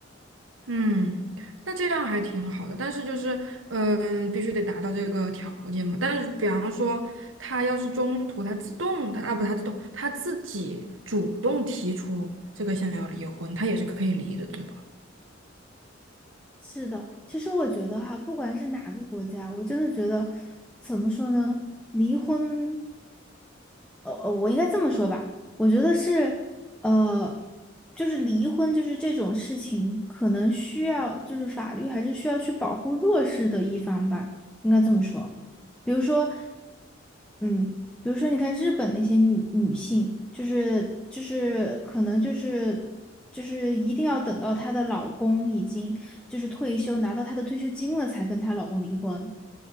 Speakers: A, on the right; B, in the centre.
A: 嗯，那这样还挺好的，但是就是，嗯，必须得达到这个条件嘛。但是，比方说，他要是中途他自动，他啊不，他自动，他自己主动提出这个想要离婚，他也是可以离的，对吧？
B: 是的，其实我觉得哈，不管是哪个国家，我真的觉得怎么说呢，离婚。呃呃，我应该这么说吧，我觉得是，呃，就是离婚就是这种事情，可能需要就是法律还是需要去保护弱势的一方吧，应该这么说。比如说，嗯，比如说你看日本那些女女性，就是就是可能就是就是一定要等到她的老公已经就是退休拿到她的退休金了，才跟她老公离婚。